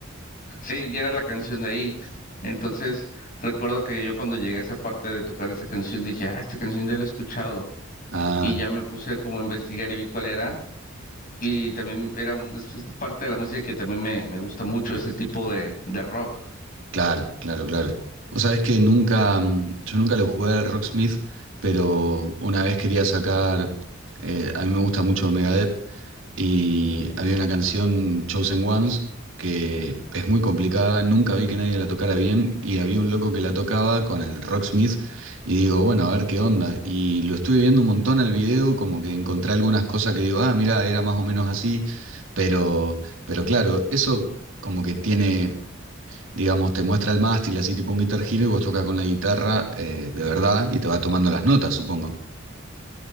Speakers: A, on the left; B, on the right.
A: Sí, y era la canción de ahí. Entonces, recuerdo que yo cuando llegué a esa parte de tocar esa canción dije, ah, esta canción ya la he escuchado.
B: Ah,
A: Y ya me puse como a investigar y vi cuál era. Y también era un, es parte de la música que también me, me gusta mucho, ese tipo de, de rock.
B: claro, claro, claro. Vos sabés que nunca, mm, yo nunca lo jugué a Rocksmith, pero una vez quería sacar, eh, a mí me gusta mucho Megadeth, Y había una canción Chosen Ones que es muy complicada, nunca vi que nadie la tocara bien y había un loco que la tocaba con el Rocksmith y digo, bueno, a ver qué onda. Y lo estuve viendo un montón al video, como que encontré algunas cosas que digo, ah, mira, era más o menos así, pero, pero claro, eso como que tiene, digamos, te muestra el mástil así tipo un Guitar Hero y vos tocas con la guitarra eh, de verdad y te va tomando las notas, supongo.